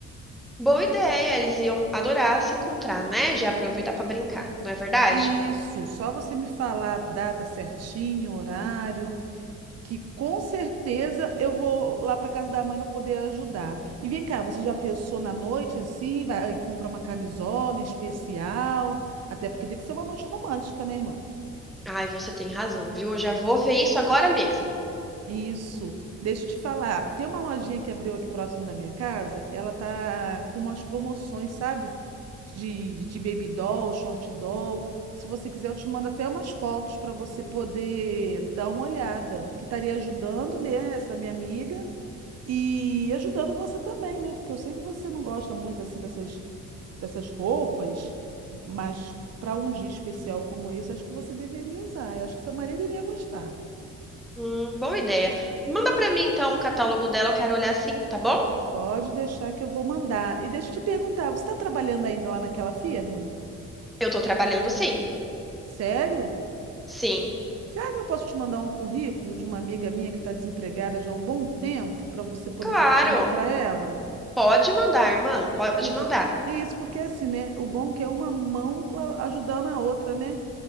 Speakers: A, in the centre; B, on the right.
A: Boa ideia, eles iam adorar se encontrar, né? Já aproveitar pra brincar, não é verdade?
B: Isso, só você me falar a data certinho, horário, que com certeza eu vou lá para casa da mãe para poder ajudar. E vem cá, você já pensou na noite assim, vai comprar uma camisola especial? Até porque tem que ser uma noite romântica, né, irmã?
A: Ai, você tem razão, viu? Eu já vou ver isso agora mesmo.
B: Isso. Deixa eu te falar. Tem uma lojinha que abriu aqui próximo da minha casa. Ela tá com umas promoções, sabe? De, de baby doll, short doll. Se você quiser, eu te mando até umas fotos para você poder dar uma olhada. Que estaria ajudando, né, essa minha amiga e ajudando você também, né? Porque eu sei que você não gosta muito assim dessas dessas roupas, mas para um dia especial como esse, acho que você deveria usar. Eu acho que seu marido iria gostar.
A: Hum, boa ideia. Manda pra mim então o catálogo dela, eu quero olhar sim, tá bom?
B: Pode deixar que eu vou mandar. E deixa eu te perguntar, você está trabalhando ainda lá naquela firma?
A: Eu tô trabalhando sim.
B: Sério?
A: Sim,
B: Será que eu posso te mandar um currículo de uma amiga minha que está desempregada já há um bom tempo para você poder
A: claro.
B: tentar arrumar para ela?
A: Pode mandar, irmã, pode
B: Por...
A: mandar.
B: Isso, porque assim, né? O bom é que é uma mão a- ajudando a outra, né?